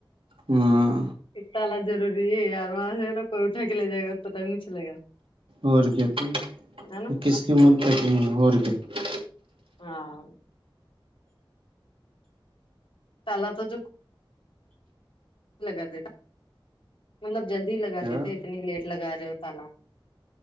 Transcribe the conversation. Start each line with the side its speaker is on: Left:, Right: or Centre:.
Right: ہاں
Left: اتالا ضروری ہےیار وہاں سے ہے نا کوئی اٹھا کے لے جائے گا تو ٹائم نہیں چلے گا
Right: اور کیا پھر
Left: ہے نا
Right: کس کی مدت کہیں گے اور کیا
Left: ہاں پہللا تو جو لگا دیتا مطلب جلدی لگا
Right: کیا
Left: دیتے اتنی لیٹ لگا رہے ہو تالا